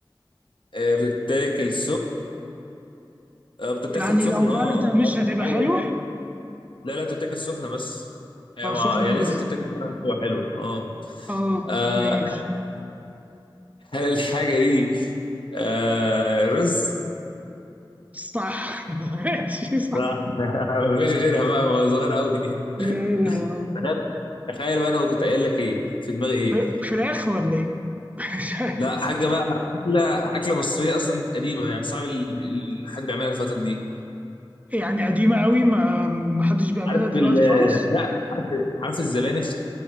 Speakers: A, on the left; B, on the right.
A: أه بتتاكل سخن أه بتتاكل
B: يعني
A: سخن
B: لو باردة
A: اه آه،
B: مش
A: طبعا
B: هتبقى
A: ايوه
B: حلوة
A: أيوه. لا لا بتتاكل سخنه بس هي
B: اه
A: مع...
B: سخنة
A: هي لازم
B: بس
A: تتاكل سخنه عشان تبقى حلوه اه
B: اه
A: آه،
B: ماشي
A: هل الحاجه دي آه رز؟
B: صح <laughs> ماشي صح
A: لا <laughs> مفيش غيرها بقى ما هو صغير قوي <laughs>
B: لا، لا.
A: تخيل تخيل بقى انا كنت قايل لك ايه في دماغي ايه
B: ف- فراخ ولا ايه <laughs> مش عارف.
A: لا حاجه بقى اكله اكله مصريه اصلا قديمه يعني صعب ال- ال- حد بيعملها الفتره دي
B: يعني قديمة قوي ما ما حدش بيعملها
A: عارف
B: دلوقتي
A: ال
B: خالص
A: لا عارف عارف الزبانخ